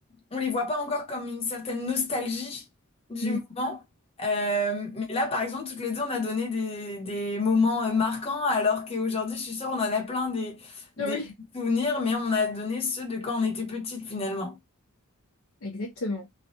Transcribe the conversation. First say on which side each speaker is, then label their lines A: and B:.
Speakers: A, on the left; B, on the left.
A: on les voit pas encore comme une certaine nostalgie du
B: Mm.
A: moment. Euh, mais là, par exemple, toutes les deux, on a donné des, des moments euh, marquants, alors qu'aujourd'hui, je suis sûre, on en a plein des,
B: Oui,
A: souvenirs, mais on a donné ceux de quand on était petite finalement.
B: exactement.